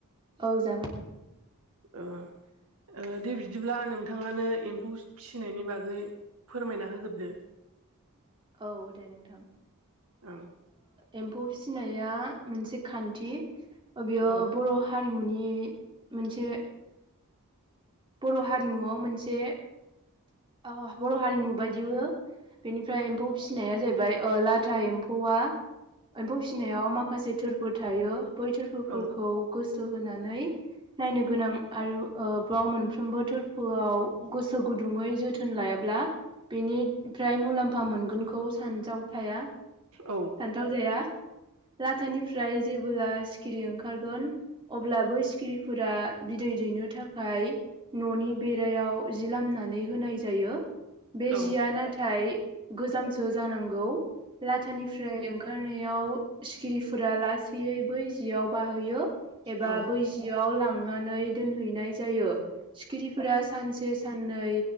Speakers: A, on the right; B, on the right.
A: औ जागोन नोंथां
B: ओ ओ दे बिदिब्ला नोंथाङानो एम्फौ फिसिनायनि बागै फोरमायना होग्रोदो
A: औ दे नोंथां
B: ओं
A: एम्फौ फिसिनाया मोनसे खान्थि बेयो
B: ओं औ
A: बर' हारिमुनि मोनसे बर' हारिमुआव मोनसे ओ बर' हारिमु बायदिबो बेनिफ्राय एम्फौ फिसिनाया जाहैबाय ओ लाथा एम्फौआ एम्फौ फिसिनायाव माखासे थोरफो थायो बैथोरफो फोरखौ
B: औ
A: गोसो होनानै नायनो गोनां आरो ब्राव मोन सानफ्रोमबो थोरफोआव गोसो गुदुङै जोथोन लायाब्ला बेनिफ्राय मुलाम्फा मोनगोनखौ सानजाव थाया
B: औ
A: सान्थाव जाया लाथानिफ्राय जेबोला सिखिरि ओंखारगोन अब्ला बै सिखिरिफोरा बिदै दैनो थाखाय न'नि बेरायाव जि लामनानै होनाय जायो बे
B: औ
A: जिया नाथाय गोजामसो जानांगौ लाथानि ओंखारनायाव सिखिरिफोरा लासैैयै बै जियाव बाहोयो एबा
B: औ
A: बै जियाव लांनानै दोनहैनाय जायो सिखिरिफोरा सानसे साननै